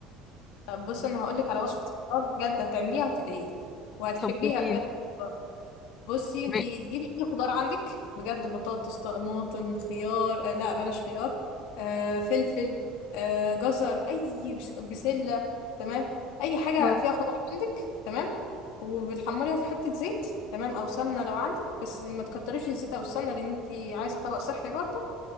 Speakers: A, on the left (about 70°); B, on the left (about 25°).
A: طب بصي انا هقولك على وصفه خضار بجد هتعمليها وتدعيلي وهتحبيها
B: طب قوليلي
A: بجد بصي انتي
B: م-
A: تجيبي اي خضار عندك بجد بطاطس طماطم خيار آه لا بلاش خيار آه فلفل آه جزر اي بس- بسله تمام اي حاجه
B: آه.
A: فيها خضار عندك تمام وبتحمريها في حته زيت تمام او سمنه لو عندك بس ما تكتريش الزيت او السمنه لان انتي عايزه طبق صحي برضه